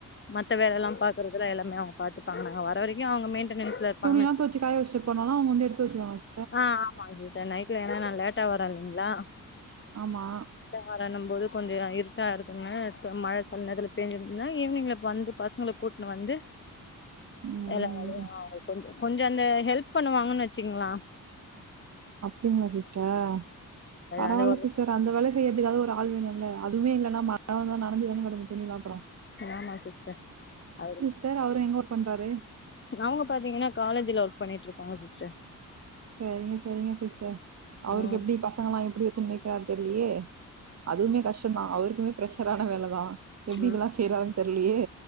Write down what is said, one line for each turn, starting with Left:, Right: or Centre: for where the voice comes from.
Left: மத்த வேலை எல்லாம் பாக்குறதுல எல்லாமே அவங்க பா்த்தத்துப்பாங்க நாங்க வர வரைக்கும் அவங்க மெயின்டனன்ஸ்ல இருப்பாங்கன்னு
Right: துணியெல்லாம்
Left: வச்சு
Right: துவைச்சு காய வச்சுட்டு போனாலும் அவங்க வந்து எடுத்து வச்சுக்குவாங்க
Left: ஆஹ் ஆமா சிஸ்டர் நைட்ல என்னா லேட்டா வரேன் இல்லைங்களா
Right: ஆமா
Left: வரனும் போது கொஞ்சம் இருட்டா இருக்குன்னு மழை சில நேரத்துல பெஞ்சு இருந்துச்சுன்னா ஈவினிங் இங்க வந்து பசங்களை கூட்ட இங்க வந்து
Right: <unintelligible> ம்
Left: இல்ல அது
Right: ம்
Left: அவங்க கொஞ்சம் அந்த கொஞ்சம் அந்த ஹெல்ப் பண்ணுவாங்கன்னு வச்சீங்கோங்களேன்
Right: அப்டிங்களா சிஸ்டர் பரவாயில்ல
Left: அது ஒரு
Right: சிஸ்டர் அந்த வேலை செய்யறதுக்காக ஒரு ஆள் வேணும்ல அதுவே இல்லைன்னா மழை வந்தா நெனஞ்சு தானே கெடக்கும் துணிலாம் அப்பறம்
Left: ஆமா சிஸ்டர் அவ
Right: சிஸ்டர் அவரு எங்க ஒர்க் பண்றாரு
Left: அவங்க பாத்தீங்கன்னா காலேஜ்ல ஒர்க் பண்ணிட்டு இருக்காங்க சிஸ்டர்
Right: செரிங்க செரிங்க சிஸ்டர் அவருக்கு
Left: ம்
Right: எப்படி பசங்கல்லாம் எப்படி வச்சுன்னு மேய்க்கறாருன்னு தெரியலயே அதுவுமே கஷ்டம் தான் அவருக்குமே பிரஷரான வேலைதான் எப்படி
Left: ம்
Right: இதெல்லாம் செய்யறாருன்னு தெரியலையே